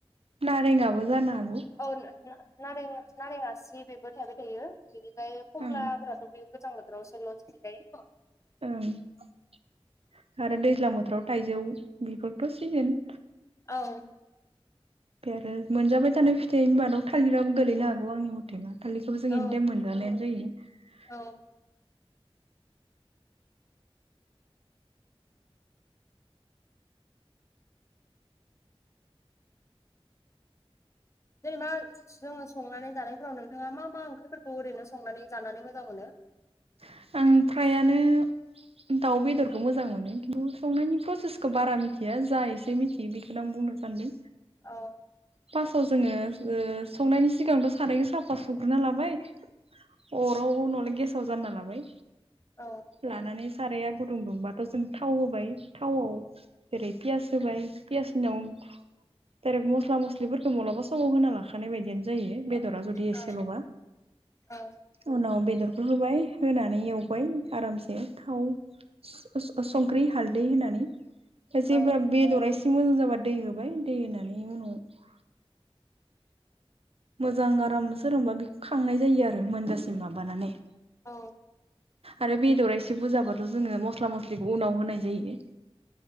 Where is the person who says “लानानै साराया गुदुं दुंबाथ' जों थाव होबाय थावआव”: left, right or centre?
Right